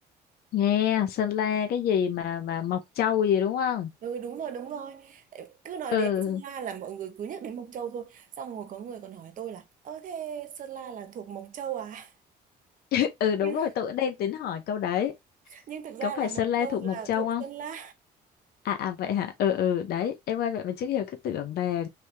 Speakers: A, on the left; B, on the right.
A: nghe Sơn La cái gì mà mà Mộc Châu gì đúng không?
B: Ừ đúng rồi đúng rồi Tại Cứ nói
A: Ừ,
B: đến Sơn La là mọi người cứ nhắc đến Mộc Châu thôi Xong rồi có người còn hỏi tôi là Ơ thế Sơn La là thuộc Mộc Châu à?
A: <laughs> ừ
B: <laughs>
A: đúng
B: Nhưng,
A: rồi. Tôi cũng đang tính hỏi câu đấy.
B: nhưng thực ra
A: có phải
B: là Mộc
A: Sơn La
B: Châu
A: thuộc
B: là
A: Mộc Châu
B: thuộc
A: không
B: Sơn La
A: à à vậy hả ừ ừ đấy em ơi vậy mà trước giờ cứ tưởng là